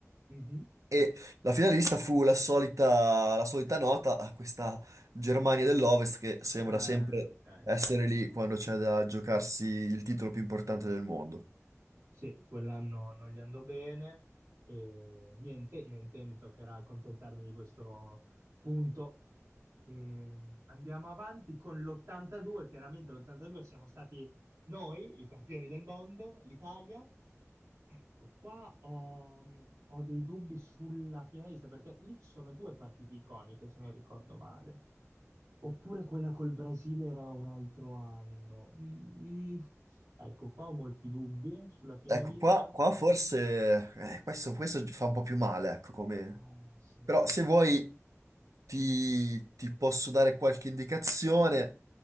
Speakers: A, on the right (about 70°); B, on the right (about 85°).
A: mhm.
B: E la finalista fu la solita, la solita nota a questa Germania dell'Ovest che sembra
A: Eh,
B: sempre
A: ok.
B: essere lì quando c'è da giocarsi il titolo più importante del mondo.
A: Sì, quell'anno non gli andò bene e niente, niente, mi toccherà accontentarmi di questo punto. E andiamo avanti con l'82, chiaramente l'82 siamo stati noi, i campioni del mondo, l'Italia, Ecco, qua ho, ho dei dubbi sulla Pirelli, perché lì ci sono due partite iconiche, se non ricordo male. Oppure quella col Brasile era un altro anno. Mm, mm. Ecco, qua ho molti dubbi sulla finalista.
B: Ecco, qua, qua forse eh, questo, questo fa un po' più male, ecco, come...
A: Ah, sì,
B: Però
A: sì,
B: se vuoi
A: sì.
B: ti, ti posso dare qualche indicazione,